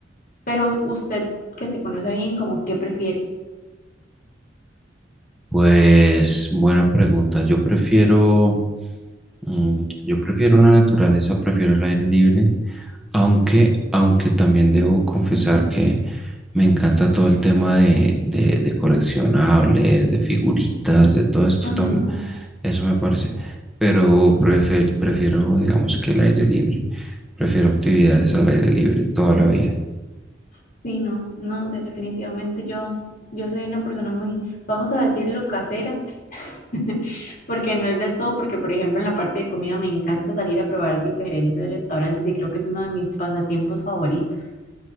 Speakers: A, on the left; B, in the centre.
A: Pero usted que se conoce bien, como qué prefiere.
B: pues buena pregunta. Yo prefiero, mm, yo prefiero la naturaleza, prefiero el aire libre. Aunque, aunque también debo confesar que me encanta todo el tema de, de, de coleccionables, de figuritas, de todo esto,
A: Ujú,
B: tam-
A: ujú.
B: eso me parece. Pero prefer- prefiero, digamos, que el aire libre. Prefiero actividades al aire libre toda la vida.
A: Sí, no, no, definitivamente yo, yo soy una persona muy, vamos a decirlo, casera. <laughs> Porque no es del todo, porque por ejemplo en la parte de comida me encanta salir a probar diferentes restaurantes y creo que es uno de mis pasatiempos favoritos.